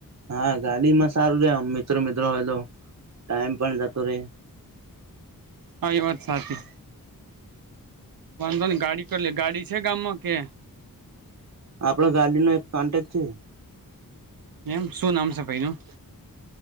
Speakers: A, on the right; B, on the right.
A: હા ગાડી માં સારું રે આમ મિત્રો મિત્રો હોય તો ટાઈમ પણ જતો રહેે.
B: તારી વાત સાચી. વાંધો નહીં ગાડી કર લે ગાડી છે, ગામમાં કે
A: આપડો ગાડી નો એક કોન્ટેક્ટ છે.
B: એમ શું નામ છે, ભાઈ નું